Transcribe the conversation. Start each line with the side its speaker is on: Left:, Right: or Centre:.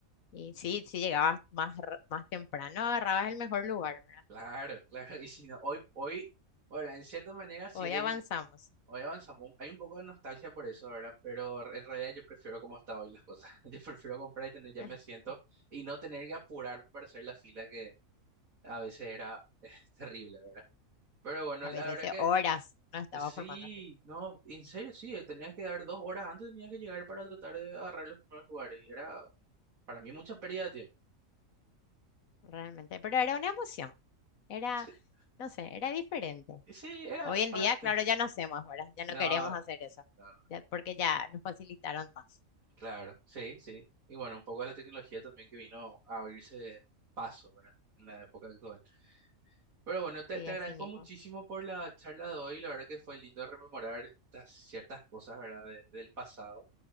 Left: Y sí, si llegabas más, r- más temprano, agarrabas el mejor lugar, ¿verdad?
Right: Claro, claro. Y si no, hoy, hoy, bueno, en cierta manera sí
Left: Hoy
Right: hay
Left: avanzamos.
Right: un, hoy avanzamos, un- hay un poco de nostalgia por eso, ¿verdad? Pero en realidad yo prefiero como está hoy las cosas. <laughs> Yo prefiero comprar y tener ya
Left: <laughs>
Right: mi asiento y no tener que apurarme para hacer la fila que a veces era <laughs> eh, terrible, ¿verdad? Pero bueno,
Left: A
Right: la
Left: veces,
Right: verdad
Left: veces
Right: que
Left: horas no estaba
Right: eh, sí,
Left: formando fila,
Right: no, en serio sí, eh, tenías que dar dos horas antes, tenías que llegar para tratar de agarrar los primeros lugares y era para mí mucha pérdida de tiempo.
Left: realmente. Pero era una emoción. Era,
Right: <laughs>
Left: no sé, era diferente.
Right: Sí, era
Left: Hoy en
Right: parte.
Left: día, claro,
Right: <laughs>
Left: ya no hacemos, ¿verdad? Ya no
Right: No,
Left: queremos
Right: no,
Left: hacer
Right: no,
Left: eso,
Right: no, no.
Left: ya- porque ya nos facilitaron más.
Right: Claro, sí, sí. Y bueno, un poco de la tecnología también que vino a abrirse paso, ¿verdad? En la época actual. Pero bueno, te,
Left: Así,
Right: te agradezco
Left: así mismo.
Right: muchísimo por la charla de hoy. La verdad que fue lindo rememorar estas ciertas cosas, ¿verdad? de- del pasado.